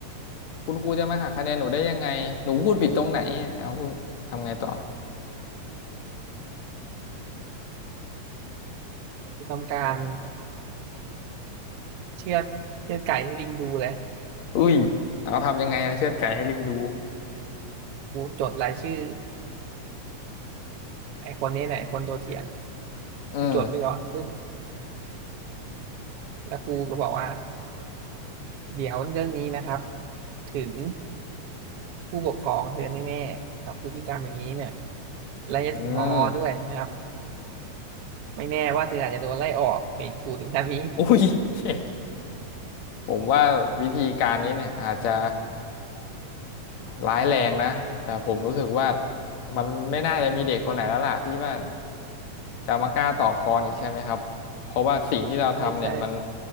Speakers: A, on the left (about 65°); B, on the right (about 60°).
A: คุณครูจะมาหักคะแนนหนูได้ยังไงหนูพูดผิดตรงไหนเอาพูดทำไงต่อ
B: ครูทำการเชือดเชือดไก่ให้ลิงดูเลย
A: อุ้ยเอาทำยังไงอะเชือดไก่ให้ลิงดู
B: ครูจดรายชื่อไอ้คนนี้เนี่ยไอ้คนตัวเถียงเนี่ย
A: อืม
B: ครูจดไปก่อนปุ๊บแล้วครูก็บอกว่าเดี๋ยวเรื่องนี้นะครับถึงผู้ปกครองเธอแน่ๆครับพฤติกรรมอย่างนี้เนี่ยและจะถึงผอด้วยนะครับ
A: อืม
B: ไม่แน่ว่าเธออาจจะโดนไล่ออกในครูถึงขั้นนี้
A: อุ้ย <laughs> ผมว่าวิธีการนี้เนี่ยอาจจะร้ายแรงนะแต่ผมรู้สึกว่ามันไม่น่าจะมีเด็กคนไหนแล้วล่ะที่ว่า จะมากล้าต่อกรอีกใช่ไหมครับเพราะว่าสิ่งที่เราทำเนี่ยมัน
B: ใช่ใช่